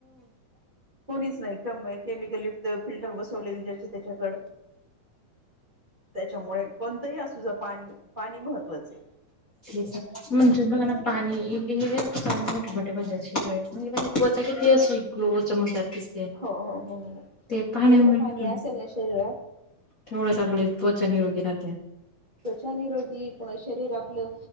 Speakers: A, on the right; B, on the left.
A: कोणीच नाही कम केमिकल यु ते फिल्टर बसवलेले ज्याचे त्याच्याकड त्याच्यामुळे कोणतंही असू जा पाणी, पाणी महत्त्वाचय.
B: ठीक ये म्हणजे बघा ना पाणी हे <unintelligible> मोठ <unintelligible> म्हणजे म्हणजे त्वचा किती अशी ग्लो चमकदार दिसते
A: हो हो हो
B: ते पाण्यामुळे
A: जेवढं पाणी असेल ना शरीरात
B: तेवढंच आपली त्वचा निरोगी राहते.
A: त्वचा निरोगी शरीर आपलं